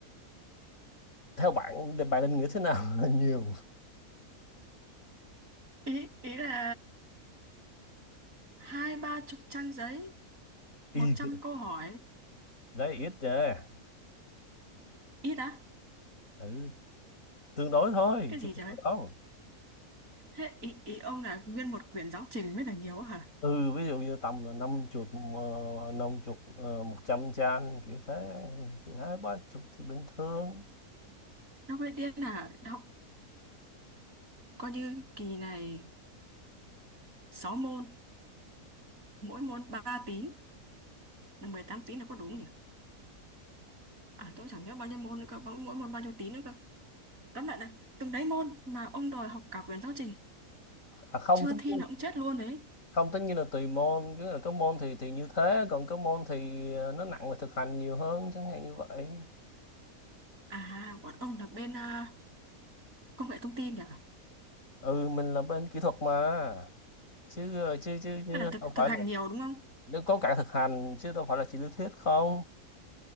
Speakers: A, on the left (about 60°); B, on the right (about 60°).
A: theo bạn thì bạn định nghĩa thế nào là <laughs> nhiều
B: Ý ý là hai ba chục trang giấy,
A: y
B: một trăm câu hỏi,
A: đấy ít nha
B: ít á?
A: ừ, tương đối thôi
B: Cái
A: chứ
B: gì
A: không
B: trời?
A: phải đâu
B: Thế ý ý ông là nguyên một quyển giáo trình mới là nhiều á hả?
A: ừ ví dụ như tầm năm chục ờ, năm chục ờ, một trăm trang kiểu thế chứ hai ba chục thì bình thường
B: Nó mới điên là học coi như kỳ này 6 môn, mỗi môn 3 tín là 18 tín là có đúng nhỉ à tôi chẳng nhớ bao nhiêu môn nữa cơ mỗi mỗi môn bao nhiêu tín nữa cơ tóm lại là từng đấy môn mà ông đòi học cả quyển giáo trình
A: à, không
B: chưa
A: tất
B: thi
A: nhiên-
B: là ông chết luôn đấy
A: không tất nhiên là tùy môn chứ là có môn thì thì như thế còn có môn thì ờ, nó nặng về thực hành nhiều hơn chẳng hạn như vậy
B: à bọn ông là bên à, công nghệ thông tin nhỉ
A: ừ mình là bên kỹ thuật mà chứ ờ, chứ chứ chứ
B: tức là thực
A: đâu
B: thực
A: phải
B: hành
A: là
B: nhiều đúng không
A: nếu có cả thực hành chứ đâu phải là chỉ lý thuyết không